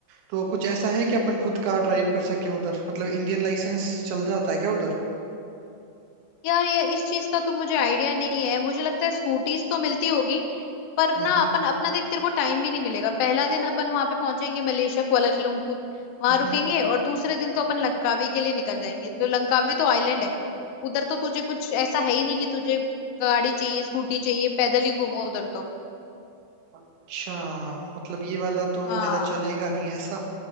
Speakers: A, on the right (about 80°); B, on the left (about 80°).
A: तो कुछ ऐसा
B: हम्म।
A: है कि अपन खुद कार ड्राइव कर सके उधर मतलब इंडियन लाइसेंस चल जाता है क्या उधर
B: यार ये इस चीज का तो मुझे आइडिया नहीं है मुझे लगता है स्कूटीज तो मिलती होगी पर
A: हम्म
B: ना अपन अपना देख तेरे को टाइम भी नहीं मिलेगा पहला दिन अपन वहां पे पहुंचेंगे मलेशिया कुआलालंपुर वहां
A: हम्म
B: रुकेंगे और दूसरे दिन तो अपन लंकावी के लिए निकल जाएंगे जो लंकावी तो आइलैंड है उधर तो तुझे कुछ ऐसा है ही नहीं कि तुझे गाड़ी चाहिए स्कूटी चाहिए पैदल ही घूमो उधर तो
A: अच्छा मतलब ये वाला तो
B: हाँ
A: मेरा चलेगा नहीं ऐसा